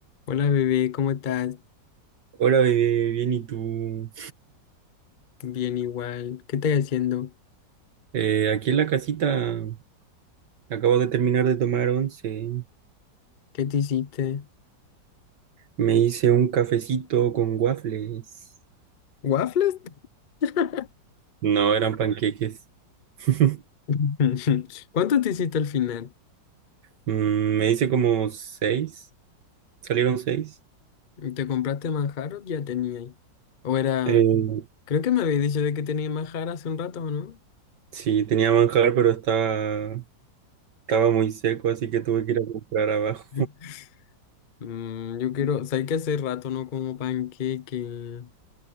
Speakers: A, on the left; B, on the right.
A: Hola bebé, ¿cómo estás?
B: Hola, bebé, bien, ¿y tú?
A: Bien igual. ¿Qué estás haciendo?
B: Eh, aquí en la casita acabo de terminar de tomar once.
A: ¿Qué te hiciste?
B: Me hice un cafecito con waffles.
A: ¿Waffles? <laughs>
B: No, eran panqueques. <laughs>
A: <laughs> ¿Cuánto te hiciste al final?
B: Mm, me hice como seis. Salieron seis.
A: ¿Te compraste manjar o ya tenía ahí? O era...
B: Eh,
A: Creo que me habías dicho de que tenía manjar hace un rato, ¿no?
B: sí, tenía manjar, pero estaba, estaba muy seco, así que tuve que ir a comprar abajo.
A: <laughs> Mm, yo quiero... ¿Sabes que hace rato no como panqueque?